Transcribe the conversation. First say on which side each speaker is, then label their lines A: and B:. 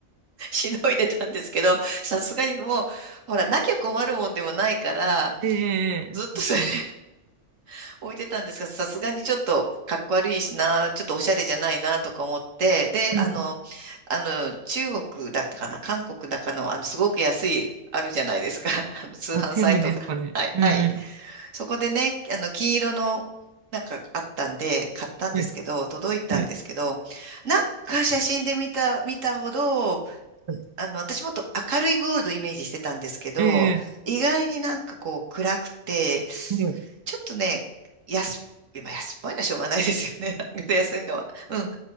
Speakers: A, on the right; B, on the right.
A: しのいでたんですけど、さすがにもう、ほら、なきゃ困るもんでもないから、
B: えー、
A: ずっとそれ
B: 確かに。
A: <laughs> 置いてたんですが、さすがにちょっとかっこ悪いしな、ちょっとおしゃれじゃないなとか思って、で、
B: うんう
A: あの、あの、中国だったかな、韓国だかの、あの、すごく安い、あるじゃないですか、<laughs> あの、通販サイトが。
B: ん。あ、テムですかね。
A: はい、
B: うんう
A: はい。そこでね、あの、金色の、なんかあったんで、買ったんですけど、
B: ん。はい。
A: 届いたんですけど、
B: はい。
A: なんか写真で見た、見たほど、
B: はい。
A: あの、私もっと明るいゴールドをイメージしてたんですけど、
B: え
A: 意外になんかこう暗くて、
B: ー、はい。
A: ちょっとね、安、まあ安っぽいのはしょうがないですよね。<laughs> なんか安いのは。うん。